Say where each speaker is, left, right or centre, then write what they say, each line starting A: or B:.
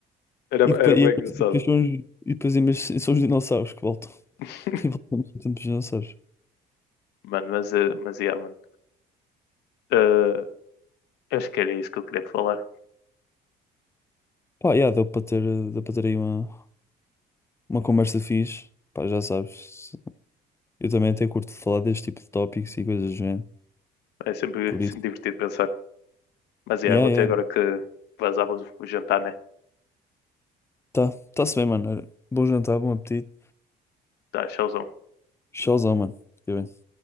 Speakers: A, on the left (about 80°); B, on the left (about 15°).
A: Era,
B: E depois,
A: era bem
B: e
A: engraçado.
B: depois, são os, e depois em vez- são os dinossauros que voltam. <laughs>
A: <laughs>
B: E voltamos ao tempo dos dinossauros.
A: Mano, mas, eh, mas yeah, mano. Uh, Eu acho que era isso que eu queria falar.
B: Pá, yeah, deu para ter, eh, deu para ter aí uma, uma conversa fixe. Pá, já sabes. Eu também até curto de falar deste tipo de tópicos e coisas do género.
A: É sempre, <laughs>
B: Por isso.
A: sempre divertido pensar. Mas é,
B: Yeah,
A: vou
B: yeah.
A: ter agora
B: yeah.
A: que vazar o o jantar, né?
B: Tá, tá-se bem, mano. Olha, Bom jantar, bom apetite.
A: Tá, tchauzão.
B: Tchauzão, mano. Fica bem.